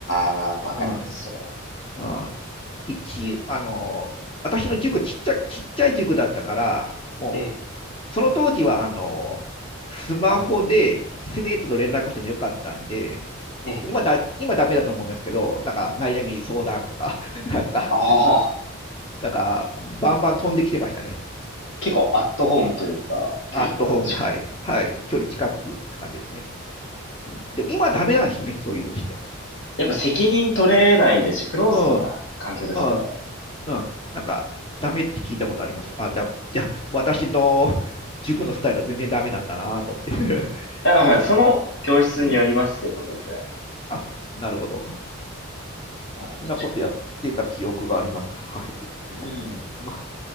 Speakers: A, on the left; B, on the left.
A: あ、まあ、わかります、
B: うん。
A: それは。
B: あ、一、あの、私の塾ちっちゃ、ちっちゃい塾だったから、もう、
A: ええ、
B: その当時は、あの、スマホで生徒と連絡してもよかったんで、
A: ええ。
B: 今だ、今ダメだと思いますけど、なんか悩み相談とか、<laughs> なんか、
A: ああ、
B: なんか、バンバン飛んできてましたね。
A: 結構アットホームというか、距離が近い。
B: アットホームで、はい。はい。距離近くって感じですね。うん、でも今はダメなんですよね、そういうことしちゃ。
A: やっぱ責任取れないですし、クローズドな環境ですからね。
B: うん。うん。うん。なんか、ダメって聞いたことあります。あ、だ、じゃあ、私の塾のスタイルは全然ダメなんだなと思って <laughs>
A: あ、まあ、
B: じな。
A: その教室によりますけど、
B: うん。
A: 全然。
B: あ、なるほど。
A: まあでも確かに
B: そんなことやってた記憶があります。はい。
A: うん。
B: うん、ま